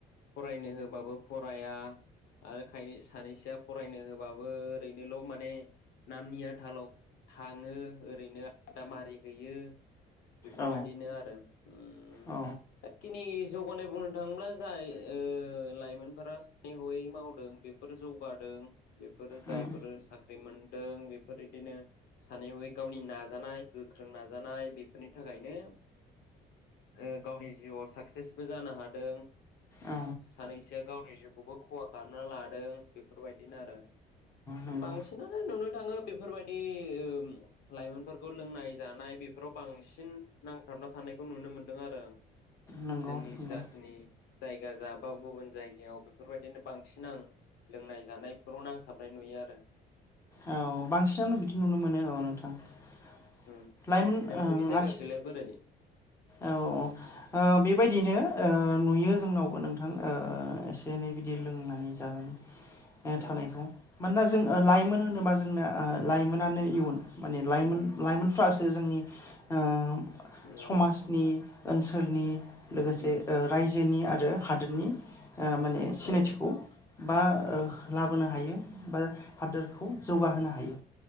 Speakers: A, on the left; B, on the left.
A: फरायनो होबाबो फराया आरोखाय सानैसोआ फरायनो होबाबो ओरैनोल' माने नामनि आथालाव थाङो ओरैनो आदामारि हैयो बेफोरबादिनो
B: औ
A: आरो उम
B: औ
A: जाखिनि जौगानाय बुंनो थाङोब्ला जाय ओ लाइमोनफोरा सानै हयै मावदों बेफोर जौगादों बेफोरो जायफोर
B: उम
A: साख्रि मोनदों बेफोर इदिनो सानै हयै गावनि ना नाजाय गोख्रों नाजानाय बेफोरनि थाखायनो ओ गावनि जिउआव साक्सेसबो जानो हादों ।
B: औ
A: सानैसोआ गावनि जिउखौबो खहा खालामना लादों । बेफोरबायदिनो आरो
B: नंगौ
A: बांसिनानो नुनो थाङो बेफोरबायदि ओ लाइमोन खौ लोंनाय जानाय बेफोराव बांसिन नांथाबना थानायखौ नुनो मोन्दों आरो
B: नंगौ
A: आं जोंनि
B: नंगौ
A: जाखिनि जायगा जा बा गुबुन जायगायाव बेफोरबायदिनो बांसिन आं लोंनाय जानायफोराव नांथाबनाय नुयो आरो ।
B: औ बांसिनानो बिदि नुनो मोनो औ ।
A: उम औ उम
B: लायमोन
A: नोंथांनि
B: ओं
A: जायगाखैलाय
B: आथि
A: बोरै
B: औ औ ओ बे बेबायदिनो ओ ओ नुयो जोंनावबो नोंथां ओ एसे एनै बिदि लोंनानै जानाय । ओ थानायखौ
A: औ
B: मानोना ओ जों
A: औ
B: लाइमोन होनोबा जों जोंना लाइमोनानो माने लाइमोन
A: उम
B: लाइमोनफ्रासो जोंनि ओम समाजनि
A: औ
B: ओनसोलनि लोगोसे
A: उम
B: ओ रायजो जोनि आरो हादोरनि ओ माने सिनायथिखौ
A: औ
B: बा लाबोनो हायो बा हादोरखौ जौगाहोनो
A: उम
B: हायो